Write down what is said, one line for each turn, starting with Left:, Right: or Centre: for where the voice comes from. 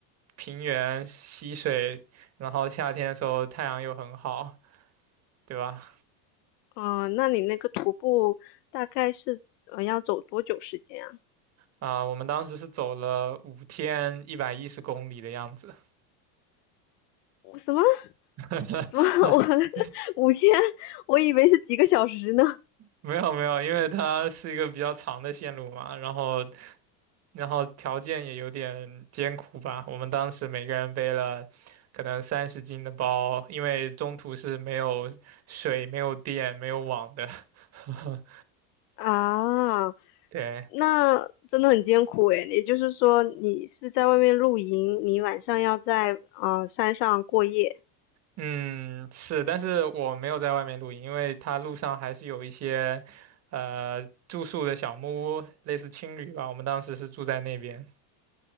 Right: 平原溪水，然后夏天的时候太阳又很好，对吧？
Left: 嗯，那你那个徒步大概是呃要走多久时间啊？
Right: 啊、我们当时是走了五天一百一十公里的样子。
Left: 我什么？<laughs>
Right: <laughs>
Left: 什么？我 <laughs> 五天？<laughs> 我以为是几个小时呢。
Right: 没有没有，因为它是一个比较长的线路嘛，然后然后条件也有点艰苦吧。我们当时每个人背了可能三十斤的包，因为中途是没有水、没有电、没有网的。<laughs>
Left: 啊，
Right: 对，
Left: 那真的很艰苦诶，也就是说，你是在外面露营，你晚上要在啊、呃山上过夜。
Right: 嗯，是，但是我没有在外面露营，因为它路上还是有一些，呃，住宿的小木屋，类似青旅吧。我们当时是住在那边。